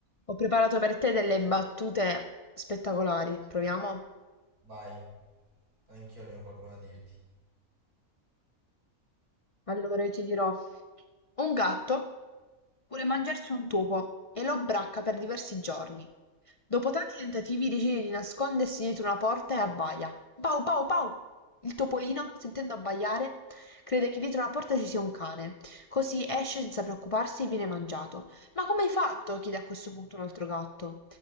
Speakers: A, on the left; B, on the right.
A: Ho preparato per te delle battute spettacolari, proviamo?
B: Vai, anch'io ne ho qualcuno da dirti.
A: Allora io ti dirò. Un gatto vuole mangiarsi un topo e lo bracca per diversi giorni. Dopo tanti tentativi decide di nascondersi dietro una porta e abbaia. Pau pau pau! Il topolino, sentendo abbaiare, crede che dietro la porta ci sia un cane, così esce senza preoccuparsi e viene mangiato. Ma come hai fatto? chiede a questo punto un altro gatto.